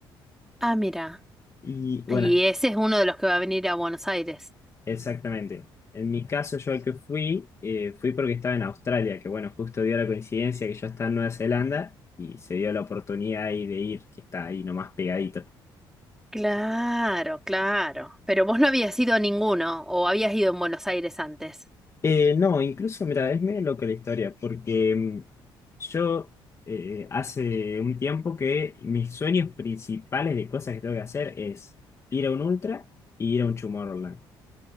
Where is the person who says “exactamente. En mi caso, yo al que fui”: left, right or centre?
Left